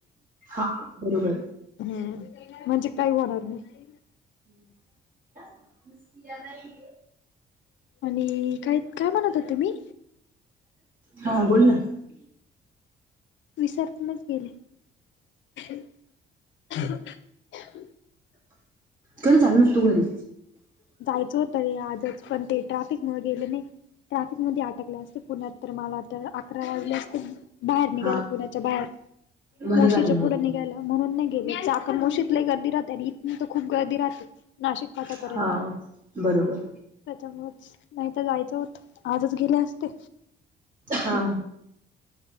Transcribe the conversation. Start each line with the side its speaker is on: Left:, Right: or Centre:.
Right: हा बरोबर
Left: हम् म्हणजे काही होणार नाही.
Right: नाही नाही.
Left: आणि काय काय म्हणत होते मी
Right: हा बोल ना.
Left: विसरुनच गेले. <unintelligible>
Right: कधी चाललास तू घरी
Left: जायचं होतं रे ते ट्रफिक मध्ये आहे नाही ट्रफिक मध्ये अडकला असेल मला वाजल्या असते बाहेर निघाल
Right: हा
Left: पुण्याच्या बाहेर
Right: बरं
Left: मावशीच्या
Right: झाले नाही
Left: पुढं निघाला म्हणून नाही. चाक मोशीतले गर्दी राहते आणि इथून तर खूप गर्दी राहते नाशिक फाट्यापर्यंत
Right: हा बरोबर.
Left: त्याच्यामुळेच नाही तर जायचं होत आजच गेले असते.
Right: हा.